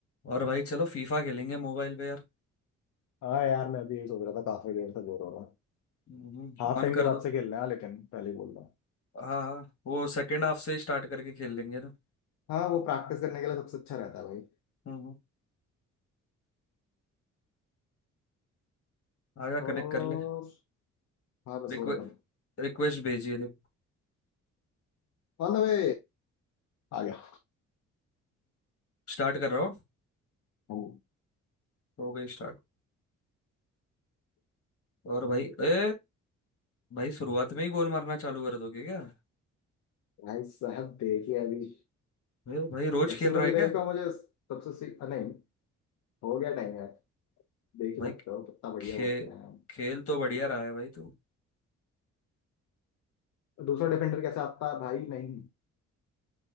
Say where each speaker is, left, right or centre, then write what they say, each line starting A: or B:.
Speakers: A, on the left (about 50°); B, on the left (about 65°).
A: और भाई चलो फीफा खेलेंगे मोबाइल पे यार
B: हाँ यार मैं अभी यही सोच रहा था काफी देर से बोर हो रहा हूँ
A: हम्म
B: हाफ
A: ऑन
B: टाइम के
A: कर
B: बाद
A: दो
B: से खेलना है लेकिन पहले ही बोल रहा हूँ
A: हाँ हाँ वो सेकंड हाफ से स्टार्ट करके खेल लेंगे ना
B: हाँ वो प्रैक्टिस करने के लिए सबसे अच्छा रहता है भाई
A: हम्म हम्म, आजा
B: और
A: कनेक्ट कर ले
B: हाँ बस
A: रिक्वे
B: हो रहा था
A: रिक्वेस्ट भेजिए देख
B: On the way आ गया
A: स्टार्ट कर रहा हूँ
B: हम
A: हो गई स्टार्ट और भाई ए भाई शुरुआत में ही गोल मारना चालू कर दोगे क्या
B: भाई साहब देखिए अभी
A: भाई भाई रोज
B: एक्सएल
A: खेल
B: ट्वेंटी
A: रहा है क्या
B: फाइव का मुझे सबसे सी- नहीं हो गया टाइम यार देख ही
A: भाई
B: सकते हो कितना बढ़िया
A: खे
B: वो किया है
A: खेल तो बढ़िया रहा है भाई तू
B: दूसरा डिफेंडर कैसे आता है भाई नहीं